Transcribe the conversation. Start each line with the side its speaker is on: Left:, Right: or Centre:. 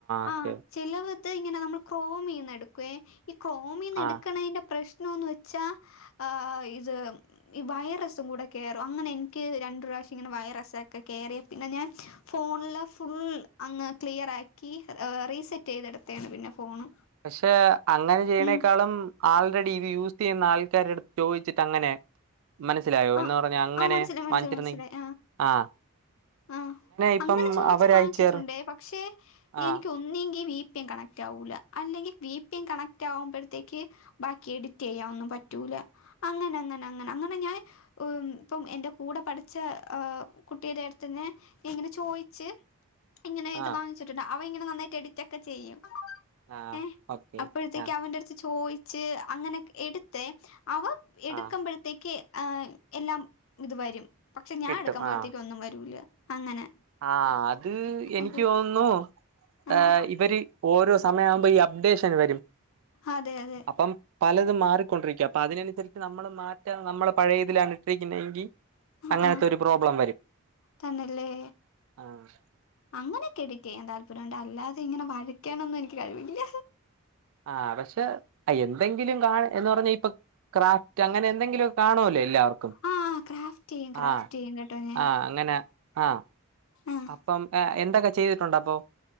Right: ഓക്കെ
Left: ആഹ് ചെലവത്ത് ഇങ്ങനെ നമ്മള് ക്രോമീന്നെടുക്കുവേ ഈ ക്രോമീന്നെടുക്കുന്നതിന്റെ
Right: ആഹ്
Left: പ്രശ് നോന്ന് വെച്ചാ ആഹ് ഇത് ഈ വൈറസും കൂടെ കേറും അങ്ങനെ എനിക്ക് രണ്ടു പ്രാവശ്യം ഇങ്ങനെ വൈറസൊക്കെ കേറിയാ പിന്നെ ഞാൻ ഫോണില് ഫുൾ അങ്ങ് ക്ലിയർ ആക്കി റീസെറ്റ് ചെയ്ത് എടുത്തെയാണ് പിന്നെ ഫോണ്
Right: പക്ഷെ അങ്ങനെ ചെയ്യണേക്കാളും
Left: ഉം
Right: ആൾ റെഡി ഇത് യൂസ് ചെയ്യുന്ന ആൾക്കാരടുത്ത് ചോദിച്ചിട്ട് അങ്ങനെ മനസ്സിലായോ എന്ന്
Left: ആഹ്
Right: പറഞ്ഞ അങ്ങനെ
Left: ആഹ് മനസ്സിലായി മനസ്സിലായി
Right: വാങ്ങിച്ചിരുന്നെ
Left: മനസ്സിലായി
Right: ആഹ്
Left: ആഹ്
Right: ഇപ്പം
Left: അങ്ങനെ ചോദിച്ചു
Right: അവരയച്ചേർ
Left: വാങ്ങിച്ചിട്ടുണ്ടേ പക്ഷെ
Right: ആഹ്
Left: എനിക്ക് ഒന്നെങ്കി വീ പം കണക്റ്റാവൂല്ല അല്ലെങ്കിൽ വീപ്പി കണക്റ്റ് ആവുമ്പഴത്തേക്ക് ബാക്കി എഡിറ്റെയ്യാനൊന്നും പറ്റൂല അങ്ങനങ്ങനങ്ങനെ അങ്ങനെ ഞാൻ ഉം പ്പം എന്റെ കൂടെ പഠിച്ച ആ കുട്ടിയുടെ അടുത്ത്ന്ന് ഇങ്ങനെ ചോയിച്ച് ഇങ്ങനെ ഇത്
Right: ആഹ്
Left: വാങ്ങിച്ചിട്ടുണ്ട് അവൻ ഇങ്ങനെ നന്നായിട്ട് എഡിറ്റൊക്കെ ചെയ്യും
Right: ആഹ്
Left: ഏഹ്
Right: ഓക്കെ
Left: അപ്പഴത്തേക്ക്
Right: ആഹ്
Left: അവന്റെ അടുത്ത് ചോയിച്ച് അങ്ങനെ എടുത്തേ അവ എടുക്കുമ്പഴത്തേക്ക്
Right: ആഹ്
Left: ആഹ് എല്ലാം ഇത് വരും പക്ഷെ ഞാൻ
Right: കിട്ടും
Left: എടുക്കുമ്പഴത്തേക്കും
Right: ആഹ്
Left: ഒന്നും വരൂല അങ്ങനെ
Right: ആഹ് അത് എനിക്ക്
Left: അതെ
Right: തോന്നുന്നു
Left: ആഹ്
Right: ഏഹ് ഇവര് ഓരോ സമയാവുമ്പോ ഈ അപ്ഡേഷൻ വരും
Left: അതെ അതെ
Right: അപ്പം പലതും മാറിക്കൊണ്ടിരിക്കും അപ്പൊ അതിനനുസരിച്ച് നമ്മളും മാറ്റാ നമ്മള് പഴയതിലാണിട്ടിരിക്കുന്നെങ്കി
Left: ആഹ്
Right: അങ്ങനത്തെ
Left: ആഹ്
Right: ഒരു പ്രോബ്ലം വരും
Left: തന്നല്ലേ
Right: ആഹ്
Left: അങ്ങനെയൊക്കെ എഡിറ്റെയ്യാൻ താല്പര്യണ്ട് അല്ലാതെ ഇങ്ങനെ വരക്കാനൊന്നും എനിക്ക് കഴിവില്ല
Right: ആഹ് പക്ഷെ എന്തെങ്കിലും കാ എന്ന് പറഞ്ഞാ ഇപ്പൊ ക്രാഫ്റ്റ് അങ്ങനെ എന്തെങ്കിലൊക്കെ കാണൂല്ലേ എല്ലാം ആർക്കും
Left: ആഹ് ക്രാഫ്റ്റ് ചെയ്യും ക്രാഫ്റ്റ്
Right: ആഹ്
Left: ചെയ്യും കേട്ടോ ഞാൻ
Right: ആഹ് അങ്ങനെ ആഹ്
Left: ആഹ്
Right: അപ്പം ഏഹ് എന്തൊക്കെ ചെയ്തിട്ടുണ്ടപ്പൊ